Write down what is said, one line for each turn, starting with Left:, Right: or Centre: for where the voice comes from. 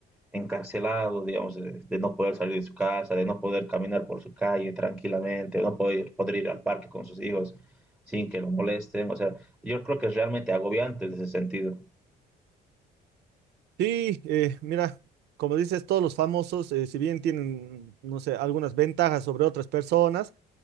Centre: encarcelado, digamos, de, de no poder salir de su casa, de no poder caminar por su calle tranquilamente, de no poder, poder ir al parque con sus hijos sin que lo molesten, o sea, yo creo que es realmente agobiante en ese sentido.
Right: Sí, eh, mira. Como dices, todos los famosos, eh, si bien tienen, no sé, algunas ventajas sobre otras personas,